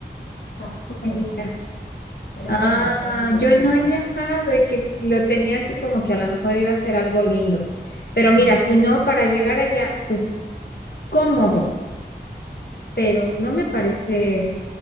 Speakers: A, on the left; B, on the left.
A: está súper
B: me
A: incómodo.
B: digas.
A: Parecen
B: Ah,
A: asientos del
B: yo
A: metro.
B: no he viajado y que lo tenía así como que a lo mejor iba a ser algo lindo. Pero
A: Mm,
B: mira, si no, para llegar allá, pues cómodo, pero no me parece